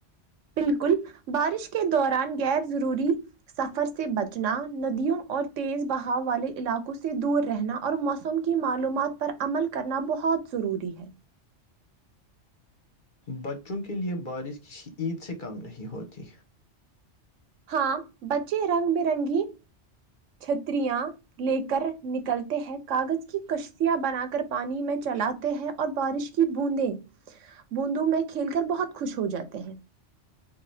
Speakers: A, on the right; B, on the left.
A: ل بارش کے دوران غیر ضروری سفر سے بچنا ندیوں اور تیز بہاؤ والے علاقوں سے دور رہنا اور موسم کی معلومات پر عمل کرنا بہت ضروری ہے
B: بچوں کے لیے بارش کسی عید سے کم نہیں ہوتی
A: ہاں بچے رنگ برنگی چھتریاں لے کر نکلتے ہیں کاغذ کی کشتیاں بنا کر پانی میں چلاتے ہیں اور بارش کہ بوندیں بوندوں میں کھیل کر بہت خوش ہو جاتے ہیں